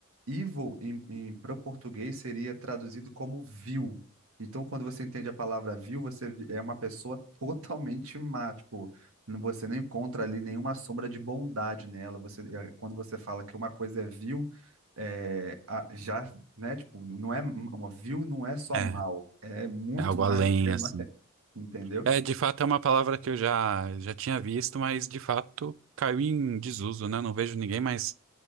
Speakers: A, on the right; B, on the right.
A: evil em, em, para o português seria traduzido como vil. Então, quando você entende a palavra vil, você vi- é uma pessoa <laughs> totalmente má, tipo, n- você não encontra ali nenhuma sombra de bondade nela. Você, é, quando você fala que uma coisa é vil, é, a- já, né, tipo, não é m- uma vil, não é só
B: É,
A: mal, é muito
B: é algo
A: mais
B: além,
A: do que é
B: assim.
A: mal, entendeu?
B: É, de fato, é uma palavra que eu já, já tinha visto, mas de fato caiu em desuso, né? Não vejo ninguém mais